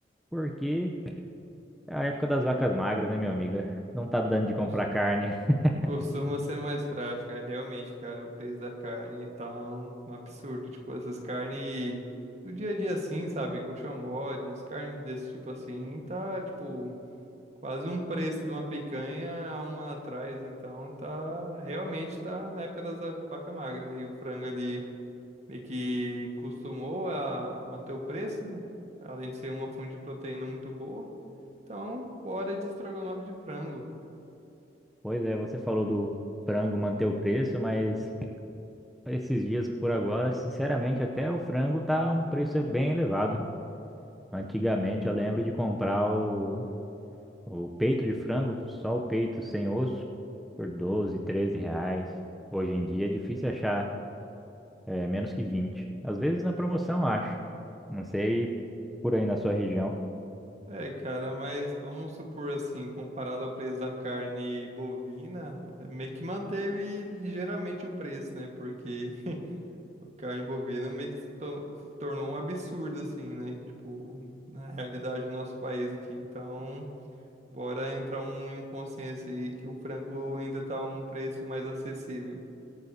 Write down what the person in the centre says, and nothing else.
porque é a época das vacas magras, né, meu amigo? Não tá dando de comprar
carne. <laughs>
Pois é, você falou do frango manter o preço, mas esses dias por agora, sinceramente, até o frango tá um preço bem elevado. Antigamente eu lembro de comprar o, o peito de frango, só o peito sem osso, por doze treze reais. Hoje em dia é difícil achar eh, menos que vinte Às vezes na promoção acho. Não sei por aí na sua região.